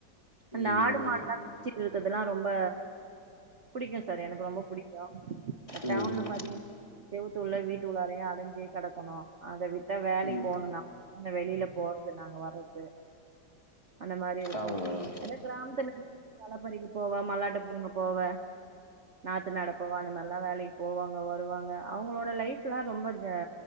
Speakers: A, on the right (about 45°); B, on the left (about 15°).
A: அந்த
B: ம்
A: ஆடு மாடுலா புச்சி இருக்ரதெல்லா ரொம்ப புடிக்கு சார் எனக்கு ரொம்ப புடிக்கு இந்த
B: ம் ம்
A: டவுன்ல பாத்திகனா செவுத்து உள்ள வீட்டு உள்ளாரேயு அடைஞ்சே கிடக்கனு அத விட்ட வேலை
B: ம் ம்
A: போணோன அந்த வெளில போர்து நாங்க வர்றது அந்த மாரி இருக்கூ
B: ஆமா மேடம்
A: அதே கிராம்துல கால பறிக போவ மல்லாட்டு புடுங்க போவ நாத்து நாட போவ அந்த மாரிலா வேலைக்கு போவாங்க வருவாங்க அவங்களோட லைஃப்லா ரொம்ப ஜா